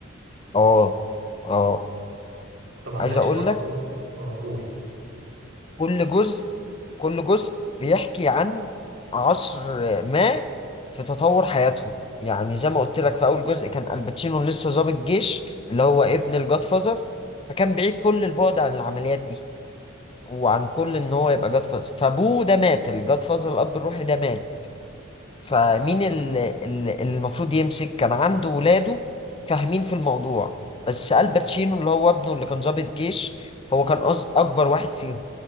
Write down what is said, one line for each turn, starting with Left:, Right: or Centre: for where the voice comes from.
Left: آه آه
Right: طب ما عندكش
Left: عايز أقول
Right: برضو
Left: لك
Right: اه قول
Left: كل جزء كل جزء بيحكي عن عصر ما في تطور حياتهم يعني زي ما قلت لك في أول جزء كان الباتشينو لسه ضابط جيش اللي هو ابن الجاد فازر فكان بعيد كل البعد عن العمليات دي وعن كل ان هو يبقى جاد فازر فابوه ده مات الجاد فازر الاب الروحي ده مات فمين اللي المفروض يمسك كان عنده ولاده فاهمين في الموضوع بس الباتشينو اللي هو ابنه اللي كان ضابط جيش هو كان أص- اكبر واحد فيهم